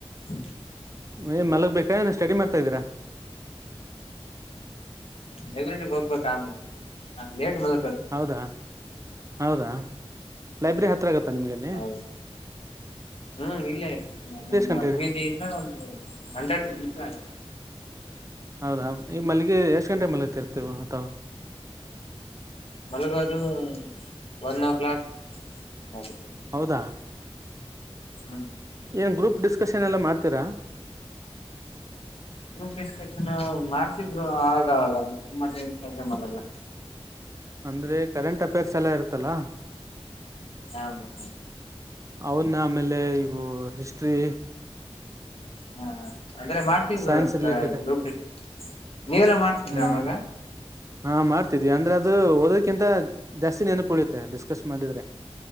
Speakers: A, on the left (about 65°); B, on the right (about 30°).
A: ಹ್
B: ಏ ಮಲಗ್ ಬೇಕಾ ಏನ್ ಸ್ಟಡಿ ಮಾಡ್ತಾ ಇದೀರಾ.
A: ಲೈಬ್ರರಿಗ್ ಹೋಗ್ಬೇಕ ಆಮೇಲೆ ನಾವ್ ಲೇಟ್ ಮಲಗದು.
B: ಹೌದಾ ಹೌದಾ ಲೈಬ್ರರಿ ಹತ್ರಿರಾಗತ್ತಾ ನಿಮಗಲ್ಲಿ.
A: ಹೌದು ಹ್ಮ್ ಇಲ್ಲೇ ನಮ್ಮ
B: ಗಂಟೆ ಇದೆ
A: ಪ್ರೀಜಿಯಿಂದ ಒಂದು ಹಂಡ್ರೆಡ್ ಮೀಟರ್ ಆಗ
B: ಹೌದಾ ಈ ಮಲ್ಲಿಗೆ ಎಷ್ಟ್ ಗಂಟೆ ಮಲಗತಿರ್ತೀವ ತಾವು.
A: ಮಲಗೋದು ಒನ್ ಓ ಕ್ಲಾಕ್ ಆಗುತ್ತೆ.
B: ಹೌದಾ.
A: ಹ
B: ಏನ್ ಗ್ರೂಪ್ ಡಿಸ್ಕಶನ್ ಎಲ್ಲಾ ಮಾಡ್ತೀರಾ.
A: ಗ್ರೊಪ್ ಡಿಸ್ಕಶನ್ ಮಾಡ್ತಿವ್ ಬ್ರೊ ಆವಾಗಾವಾಗ ತುಂಬಾ ಟೈಮ್ ಇತ್ತಂದ್ರೆ ಮಾಡಲ್ಲ.
B: ಅಂದ್ರೆ ಕರೆಂಟ್ ಅಫೇರ್ಸ್ ಎಲ್ಲಾ ಇರುತ್ತಲ್ಲಾ.
A: ಹಾ ಬ್ರೊ.
B: ಅವುನ್ನ ಆಮೇಲೆ ಇವು ಹಿಸ್ಟ್ರೀ.
A: ಹಾ ಅಂದ್ರೆ ಮಾಡ್ತವ್ bro
B: science related
A: group discussion ನೀವೆಲ್ಲಾ ಮಾಡ್ತಿದ್ರಾ
B: ಹ್ಮ್
A: ಅವಾಗ.
B: ಹಾ ಮಾಡ್ತಿದ್ವಿ ಅಂದ್ರೆ ಅದು ಓದದ್ಕಿಂತ ಜಾಸ್ತಿ ನೆನಪುಳಿಯುತ್ತೆ ಡಿಸ್ಕಸ್ ಮಾಡಿದ್ರೆ.